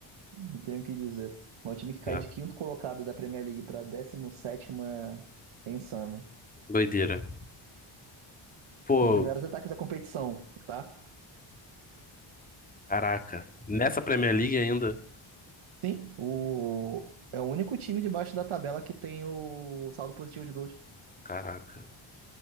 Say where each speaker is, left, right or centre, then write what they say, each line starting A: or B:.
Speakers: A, on the right (about 75°); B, on the left (about 15°).
A: Não tenho o que dizer. É um time que cai
B: É,
A: de quinto colocado da Premier League para 17ª em Sama.
B: doideira. Pô,
A: Com um dos melhores ataques da competição, tá?
B: caraca. Nessa Premier League ainda?
A: Sim, o... é o único time debaixo da tabela que tem o saldo positivo de gols.
B: Caraca.